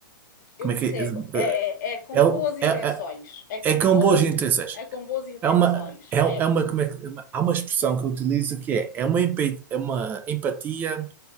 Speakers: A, on the left; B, on the right.
A: Eu
B: como
A: percebo.
B: é que é,
A: É,
B: eh,
A: é com
B: é,
A: boas
B: um-
A: intenções.
B: é,
A: É com
B: é, é com
A: boas,
B: boas intenções.
A: é com boas intenções.
B: É uma, é, é
A: É.
B: uma, como é que, é uma- há uma expressão que eu utilizo que é, é uma, empa- é uma empatia